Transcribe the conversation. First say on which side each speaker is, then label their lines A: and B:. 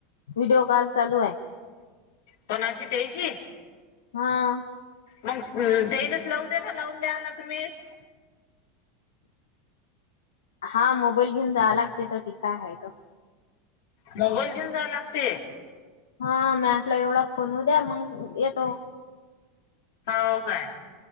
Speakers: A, on the left; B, on the left.
A: व्हिडिओकॉल चालू आहे.
B: कोणाची त्यायची.
A: हां.
B: मग तेलाच लावू द्याना लावून द्या ना तुम्हीच.
A: हा मोबाईल घेऊन जाया लागते तर ठीकाय हायतं.
B: मोबाईल घेऊन जाया लागते.
A: हा, म्यामटला एवढा फोन होऊ द्या, मग येतो.
B: हो काय,,